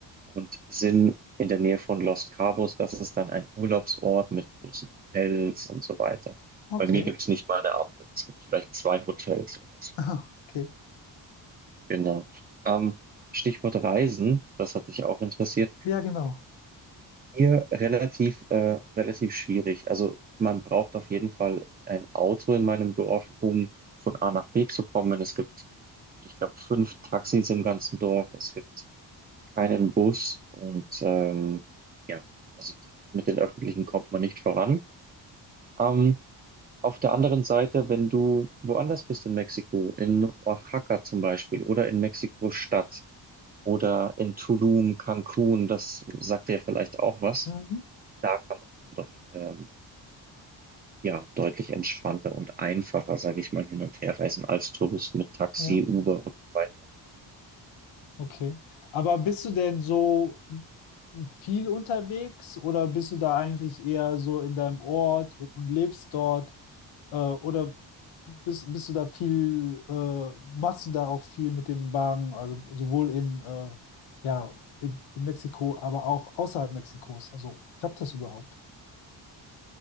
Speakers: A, on the right; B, on the left.
A: und sind in der Nähe von Los Cabos. Das ist dann ein Urlaubsort mit großen Hotels und so weiter.
B: okay,
A: Bei mir gibt
B: <laughs>
A: es nicht mal eine Ampel, es gibt vielleicht zwei Hotels oder so.
B: Ah, okay.
A: Genau. Ähm, Stichwort Reisen, das hat dich auch interessiert.
B: Ja, genau.
A: Hier relativ, äh, relativ schwierig. Also man braucht auf jeden Fall ein Auto in meinem Dorf, um von A nach B zu kommen. Es gibt, ich glaube, fünf Taxis im ganzen Dorf. Es gibt keinen Bus und ähm, ja, also mit den Öffentlichen kommt man nicht voran. Ähm, auf der anderen Seite, wenn du woanders bist in Mexiko, in Oaxaca zum Beispiel oder in Mexiko-Stadt oder in Tulum, Cancun, das sagt dir vielleicht auch was
B: Mhm.
A: da kann man dann doch ähm, ja deutlich entspannter und einfacher, sage ich mal, hin und her reisen als Tourist mit Taxi,
B: Ja.
A: Uber und so weiter.
B: Okay. Aber bist du denn so viel unterwegs oder bist du da eigentlich eher so in deinem Ort und, und lebst dort? Äh, oder bist, bist du da viel, äh, machst du da auch viel mit dem Wagen, also sowohl in, äh, ja, in, in Mexiko, aber auch außerhalb Mexikos? Also klappt das überhaupt?